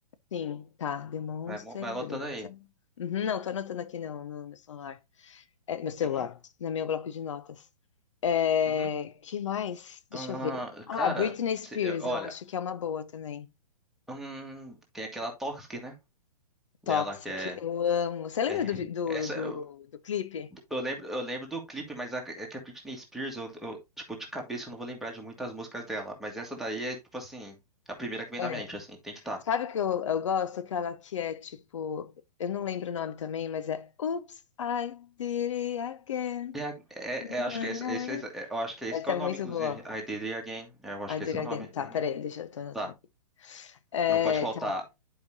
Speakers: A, on the left; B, in the centre.
A: Sim, tá. The
B: Vai, mo- vai anotando
A: beleza.
B: aí.
A: Uhum, não, tô anotando aqui não, no meu celular. É, meu celular,
B: Uhum.
A: no meu bloco de notas. É,
B: uhum.
A: que mais? Deixa
B: Ah,
A: eu ver. Ah,
B: cara,
A: Britney Spears,
B: cê- olha,
A: eu acho que é uma boa também.
B: hum, tem aquela Toxic, né? Dela
A: Toxic,
B: que é,
A: eu amo. Você lembra
B: é-
A: do, vi- do,
B: essa
A: do,
B: eu,
A: do clipe?
B: eu lembro, eu lembro do clipe, mas a, é que a Britney Spears, eu, eu, tipo de cabeça eu não vou lembrar de muitas músicas dela, mas essa daí é tipo assim, a primeira que vem
A: É.
B: na mente, assim, tem que estar.
A: Sabe o que eu, eu gosto? Aquela que é tipo. Eu não lembro o nome também, mas é. Oops, I did it again.
B: É, a- é,
A: Na,
B: é, acho que é,
A: na, na,
B: esse, esse
A: na.
B: é- eu acho que é esse
A: Essa
B: que é o
A: é
B: nome,
A: muito
B: inclusive.
A: boa.
B: I Did It Again, é, eu acho
A: I
B: que
A: did
B: é esse
A: it
B: é o nome.
A: again. Tá,
B: Uhum.
A: peraí, deixa eu tô anotando
B: Tá.
A: aqui. É,
B: Não pode faltar,
A: tá.